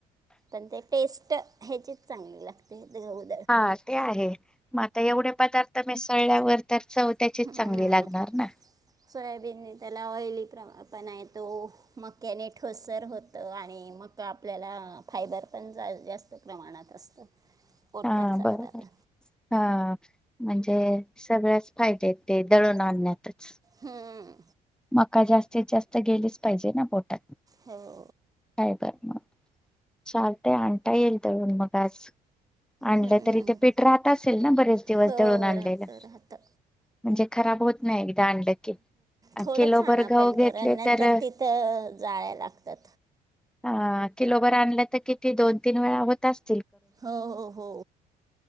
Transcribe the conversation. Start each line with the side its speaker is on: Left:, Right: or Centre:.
Right: पण ते टेस्ट ह्याचीच चांगली लागते ग
Centre: हा ते आहे मग आता एवढे पदार्थ मिसळल्यावर तर चव त्याचीच
Right: हम्म.
Centre: चांगली लागणार ना.
Right: सोयाबीनने त्याला ऑइली प्र पणा येतो मक्याने ठोसर होतं आणि मक आपल्याला फायबर पण जा जास्त प्रमाणात असतं. पोट
Centre: हा
Right: पण सापडतं
Centre: बरोबर. हा म्हणजे सगळ्याच फायदे ते दळून आणण्यातच
Right: हम्म.
Centre: मका जास्तीत जास्त गेलीच पाहिजे ना पोटात.
Right: हो.
Centre: काय बर मग चालतय आणता येईल तरण मग आज आणलं
Right: हम्म.
Centre: तरी ते पेठ राहत असेल ना बरेच दिवस
Right: हो
Centre: जळून आणलेलं
Right: राहतं राहतं
Centre: म्हणजे खराब होत नाही एकदा आणलं की.
Right: थोडं
Centre: किलोभर
Right: चण
Centre: गहू
Right: पण
Centre: घेतले
Right: कारण नंतर
Centre: तर
Right: तिथं जाळ्या लागतात.
Centre: ह किलोबर आणला तर किती दोन तीन वेळा होत अस
Right: हो हो हो